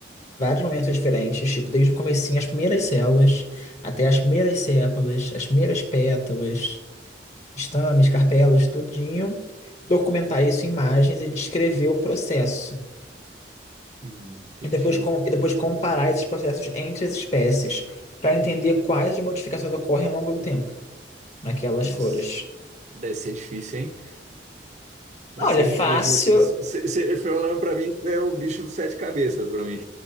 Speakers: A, on the left; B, on the right.
A: vários momentos diferentes, tipo, desde o comecinho, as primeiras células, até as primeiras sépalas, as primeiras pétalas. estames, carpelas, tudinho, documentar isso em imagens e descrever o processo.
B: Hum, entendi.
A: E depois, com, e depois comparar esses processos entre as espécies para entender quais as modificações ocorrem ao longo do tempo naquelas
B: Nossa,
A: flores.
B: deve ser difícil, hein? Deve
A: Olha,
B: ser
A: fácil.
B: difícil. Eu juro, você foi olhando pra mim, é o bicho dos sete cabeças pra mim.